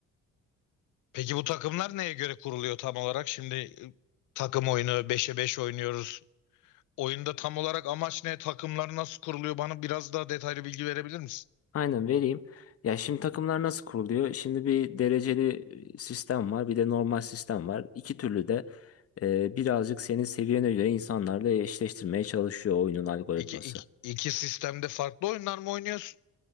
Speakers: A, on the left; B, on the left.
A: Peki bu takımlar neye göre kuruluyor tam olarak? Şimdi e, takım oyunu beşe 5 oynuyoruz. Oyunda tam olarak amaç ne? Takımlar nasıl kuruluyor? Bana biraz daha detaylı bilgi verebilir misin?
B: Aynen vereyim. Ya şimdi takımlar nasıl kuruluyor? Şimdi bir dereceli sistem var, bir de normal sistem var. İki türlü de e, birazcık senin seviyene göre insanlarla eşleştirmeye çalışıyor oyunun algoritması.
A: İki, iki, iki sistemde farklı oyunlar mı oynuyorsun?